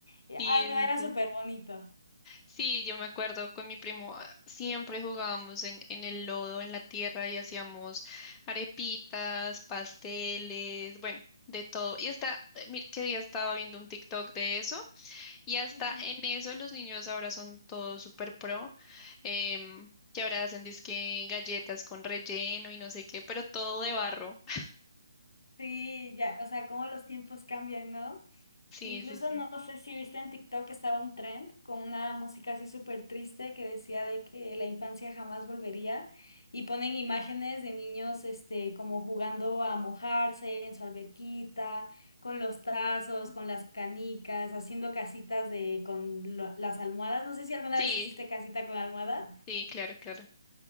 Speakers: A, on the left; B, on the left.
A: Eh,
B: Sí,
A: Ay, no,
B: sí.
A: era
B: sí.
A: súper bonito.
B: Sí, yo me acuerdo con mi primo, ah, siempre jugábamos en, en el lodo, en la tierra y hacíamos arepitas, pasteles, bueno, de todo. Y hasta, eh, mira, qué día estaba viendo un TikTok de eso y hasta
A: Ujú.
B: en eso los niños ahora son todos súper pro, em, que ahora hacen disque galletas con relleno y no sé qué, pero todo de barro. <laughs>
A: Sí, ya, o sea, cómo los tiempos cambian, ¿no?
B: Sí,
A: Incluso
B: sí, sí.
A: no sé si viste en TikTok que estaba un trend con una música así súper triste que decía de que la infancia jamás volvería y ponen imágenes de niños, este, como jugando a mojarse en su alberquita, con los tazos,
B: Mm,
A: con las canicas, haciendo casitas de con lo- las almohadas. No sé si alguna
B: Sí,
A: vez hiciste casita con almohada.
B: sí, claro, claro.